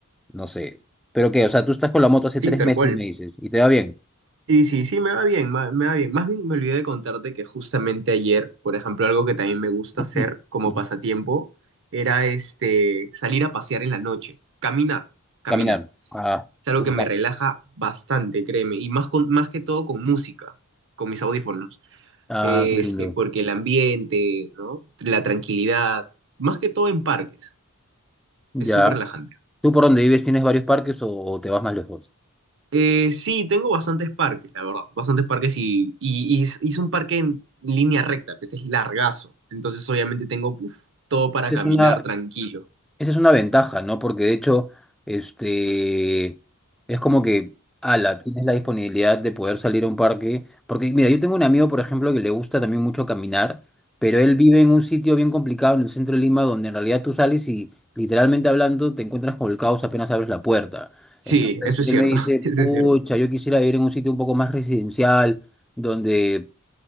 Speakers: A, in the centre; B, on the right.
A: no sé. Pero que, o sea, tú estás con la moto hace
B: Sí,
A: tres
B: tal
A: meses,
B: cual.
A: me dices, y te va bien.
B: Sí, sí, sí, me va bien, ma- me va bien. Más bien me olvidé de contarte que justamente ayer, por ejemplo, algo que también me gusta hacer
A: Mm,
B: como
A: ujú.
B: pasatiempo era este salir a pasear en la noche, caminar, caminar.
A: Caminar. Ah,
B: Es algo
A: qué
B: que
A: bacán.
B: me relaja bastante, créeme, y más con, más que todo con música, con mis audífonos.
A: Ah,
B: Este,
A: qué lindo.
B: porque el ambiente, ¿no? La tranquilidad, más que todo en parques,
A: Ya.
B: es súper relajante.
A: ¿Tú por dónde vives tienes varios parques o, o te vas más lejos?
B: Eh, sí, tengo bastantes parques, la verdad. Bastantes parques y, y, y hice un parque en línea recta, pues es largazo. Entonces, obviamente, tengo uf, todo para
A: Es
B: caminar
A: una,
B: tranquilo.
A: Esa es una ventaja, ¿no? Porque de hecho, este, es como que, ala, tienes la disponibilidad de poder salir a un parque. Porque, mira, yo tengo un amigo, por ejemplo, que le gusta también mucho caminar, pero él vive en un sitio bien complicado en el centro de Lima, donde en realidad tú sales y, literalmente hablando, te encuentras con el caos apenas abres la puerta.
B: Sí,
A: Entonces,
B: eso
A: él
B: es cierto,
A: me dice,
B: <laughs> eso
A: pucha,
B: es cierto.
A: yo quisiera vivir en un sitio un poco más residencial, donde